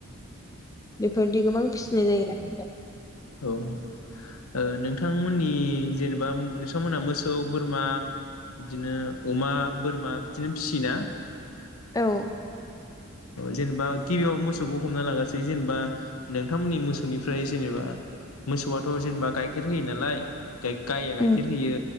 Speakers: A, on the left (about 15°); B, on the left (about 85°).
A: बेफोरदि गोबां फिसिनाय जायो।
B: औ ओ नोंथांमोननि जेनेबा नोंथांमोनहा मोसौ बोरमा बिदिनो अमा बोरमा बिदिनो फिसियो ना?
A: औ।
B: जेनेबा गिबियाव मोसौखौ हमना लागासै जेनेबा नोंथांमोननि मोसौनिफ्राय जेनेबा मोसौआथ' जेनेबा गाइखेर होयो नालाय गाय गाइया गाइखेर
A: उम
B: होयो